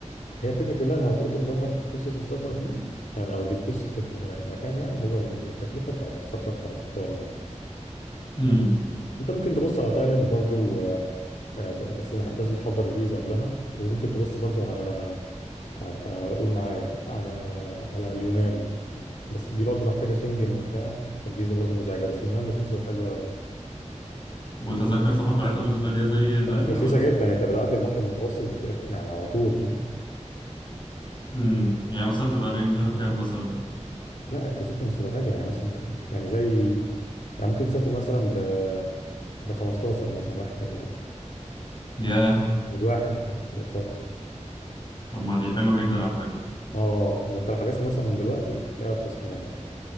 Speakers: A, on the left; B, on the left.
A: هي الفكرة كلها اللي هتقطم ظهرك في قصة السفر دي آه، قصدي في قصة المكان يعني هو التكلفة بتاعت السفر بتاعت الطيران
B: هم.
A: انت ممكن تبص على تايلاند برضو آه، آه، بس لازم تحضر الفيزا قبلها وممكن تبص برضو على على قول معايا على على اليونان بس دي برضو محتاجة شنجن وبتاع فالفيزا برضو مزعجة بس اليونان رخيصة وحلوة قوي
B: وتذاكر سفر بتاعتها مش غالية زي بالي
A: رخيصة
B: ولا
A: جدا انت بتعدي البحر المتوسط بتلاقي فوق- يعني على طول فاهم
B: امم يعني مثلا تبقى رينجها كام مثلا
A: لا التذاكر مش تبقى غالية يعني مثلا تبقى- يعني زي يعني ممكن تسافر مثلا ب ب 15 مثلا رايح جاي مثلا
B: ياه
A: للواحد يعني للفرد
B: طب ما دي حلوة جدا على فكرة
A: اه ده انت لو حجزت مثلا من دلوقتي هتلاقيها ارخص كمان